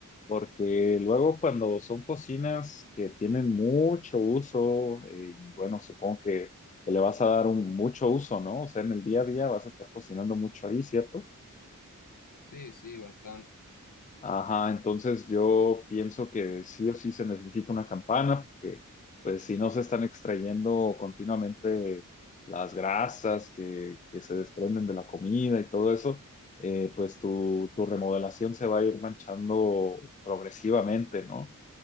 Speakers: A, on the left; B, on the left.
A: porque luego cuando son cocinas que tienen mucho uso, eh, y bueno, supongo que le vas a dar un mucho uso, ¿no? O sea, en el día a día vas a estar cocinando mucho ahí, ¿cierto?
B: Sí, sí, bastante.
A: Ajá, entonces yo pienso que sí o sí se necesita una campana, porque pues si no se están extrayendo continuamente las grasas que, que se desprenden de la comida y todo eso, eh, pues tu, tu remodelación se va a ir manchando progresivamente, ¿no?